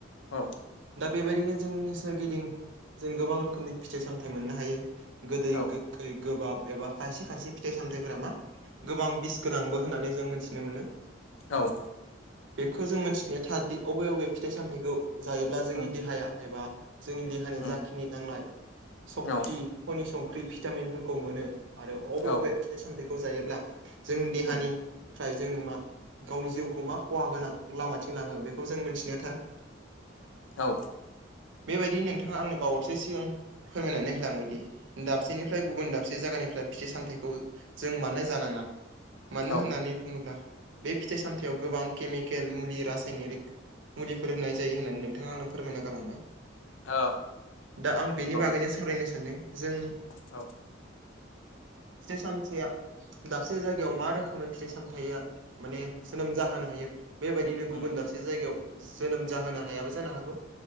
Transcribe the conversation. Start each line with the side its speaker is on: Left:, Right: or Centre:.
Left: औ
Right: दा बेबायदिनो जोंनि सोरगिदिं जों गोबां रोखोमनि फिथाइ सामथाइ मोननो हायो गोदै
Left: औ
Right: गोखै गोबाब एबा खायसे खायसे फिथाइ सामथायाइफोरा मा गोबां बिस गोनांबो होननानै जों मिथिनो मोनो।
Left: औ।
Right: बेखौ जों मिन्थिनाया थारदि अबे अबे फिथाइ सामथाइखौ जायोब्ला जोंनि
Left: उम
Right: देहाया एबा जोंनि देहानि
Left: उम
Right: जाखिनि नांनाय सक्ति
Left: औ
Right: खनि संख्रि भिटामिनफोरखौ मोनो आरो अबे
Left: औ
Right: अबे फिथाइ सामथाइखौ जायोब्ला जोंनि देहानि
Left: उम
Right: फ्राय जोङो मा गावनि जिउखौ मा खहा गोनां लामाथिं लाङो बेखौ जों मिथिनाया थार <unintelligible>
Left: औ।
Right: बेबायदिनो नोंथाङा आंनो बावैसो सिगां फोरमायनानै होलांबायदि दाबसेनिफ्राय गुबुन दाबसे जायगानिफ्राय फिथाय सामथाइखौ जों मानो जानाङा मानो
Left: औ
Right: होननानै बुङोब्ला बे फिथाइ सामथायाइव गोबां केमिकेल मुलि रासायनारिक मुलिफोर होनाय जायो होननानै नोंथाङा आंनो फोरमायना गालांबाय।
Left: औ
Right: दा आं बेनि
Left: नंगौ
Right: बागैनो सावरायनो सानदों जों
Left: औ
Right: फिथाइ सामथायाइया दाबसे जायगायाव मा रोखोमै फिथाइ सामथायाइया माने जोनोम जाहोनो हायो बेबायदिनो
Left: उम
Right: गुबुन दाबसे जोनोम जाहोनो हायाबो जानो हागौ